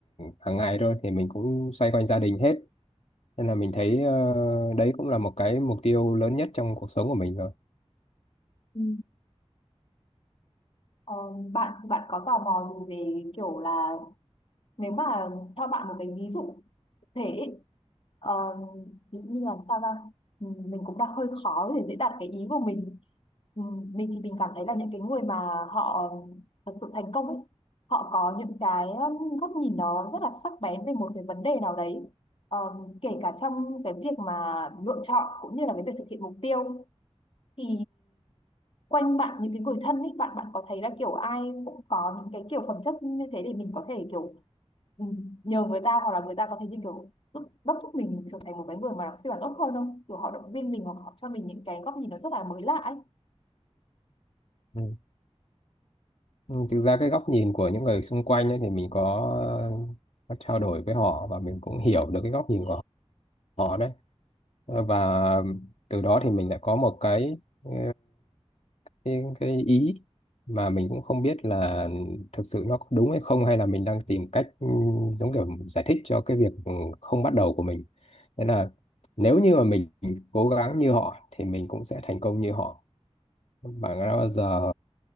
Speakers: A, on the left (about 75°); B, on the left (about 55°).
A: hàng ngày thôi thì mình cũng xoay quanh gia đình hết nên là mình thấy ờ, đấy cũng là một cái mục tiêu lớn nhất trong cuộc sống của mình
B: Ừ. Ờ, bạn bạn có tò mò gì về kiểu là nếu mà cho bạn một cái ví dụ cụ thể ấy, ờ, ví dụ như là sao ra mình cũng đang hơi khó để dễ đạt cái ý của mình Ừ, mình thì mình cảm thấy là những cái người mà họ thật sự thành công ấy họ có những cái góc nhìn nó rất là sắc bén về một cái vấn đề nào đấy Ờ, kể cả trong cái việc mà lựa chọn cũng như là cái việc thực hiện mục tiêu thì quanh bạn những cái người thân ấy bạn bạn có thấy là kiểu ai cũng có những cái kiểu phẩm chất như thế để mình có thể kiểu ừ, nhờ người ta hoặc là người ta có thể như kiểu đốc đốc thúc mình trở thành một cái người mà phiên bản tốt hơn không kiểu họ động viên mình hoặc họ cho mình những cái góc nhìn nó rất là mới lạ ấy
A: rồi Ừ, Thực ra cái góc nhìn của những người xung quanh ấy, thì mình có, có trao đổi với họ và mình cũng hiểu được cái góc nhìn của họ đấy Ờ, và từ đó thì mình lại có một cái ừ, cái, cái ý mà mình cũng không biết là thực sự nó có đúng hay không hay là mình đang tìm cách ừ, giống kiểu giải thích cho cái việc ừ, không bắt đầu của mình nên là nếu như mà mình cố gắng như họ thì mình cũng sẽ thành công như họ và nó bao giờ